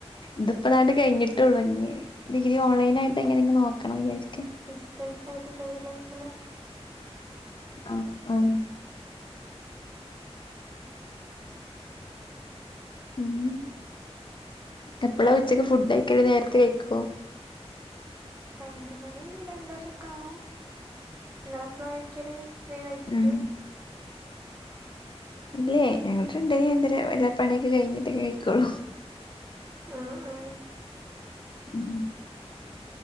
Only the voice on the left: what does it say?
ഇതിപ്പോം നാട്ട് കഴിഞ്ഞിട്ടുള്ളൂ ഇനി ഡിഗ്രീ ഓൺലൈൻായിട്ട്ങ്ങനെങ്കിലും നോക്കണം വിചാരിക്ക്ണ്ട്.
ആഹ് ആഹ് പിന്നെന്താ എപ്പഴാ ഉച്ചക്ക് ഫുഡ് കയിക്കല് നേരത്തെ കഴിക്കുവോ?
ഉം ഇല്ലേ ഞങ്ങള് രണ്ട് മണി രണ്ടര എല്ലാ പണിയൊക്കെ കഴിഞ്ഞിട്ടെ കഴിക്കോള്ളൂ.
ഉം